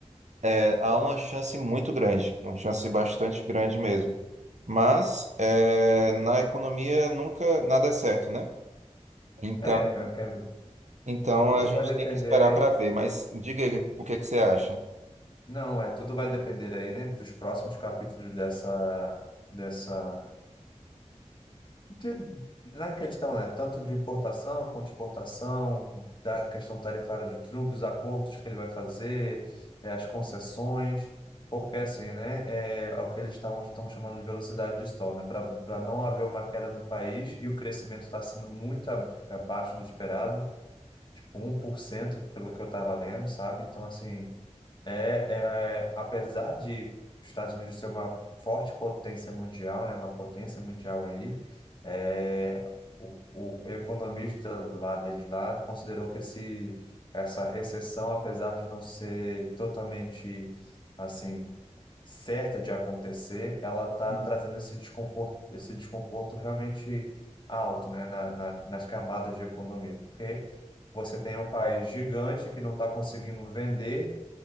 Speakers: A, on the right; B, on the left.
A: é, há uma chance muito grande, uma chance bastante grande mesmo. Mas, é, na economia, nunca nada é certo, né? então
B: É, é- é-
A: Então
B: tudo
A: a gente
B: vai depender
A: tem que esperar para ver,
B: aí.
A: mas diga aí o que que você acha.
B: Não, é, tudo vai depender aí, né, dos próximos capítulos dessa, dessa, de- na questão, né, tanto de importação quanto de exportação, da questão tarifária de Trump, os acordos que ele vai fazer, é, as concessões, porque assim, né, é, é o que eles estavam estão chamando de velocidade de stall, né, para não haver uma queda no país e o crescimento está sendo muito ab- abaixo do esperado, tipo um por cento pelo que eu estava lendo, sabe? Então, assim é, é, apesar de os Estados Unidos ser uma forte potência mundial, né, uma potência mundial aí, é, o, o economista lá deles lá considerou que esse, essa recessão, apesar de não ser totalmente assim certa de acontecer, ela está
A: Uhum.
B: trazendo esse desconforto, esse desconforto realmente alto, né, na, na, nas camadas de economia, porque você tem um país gigante que não está conseguindo vender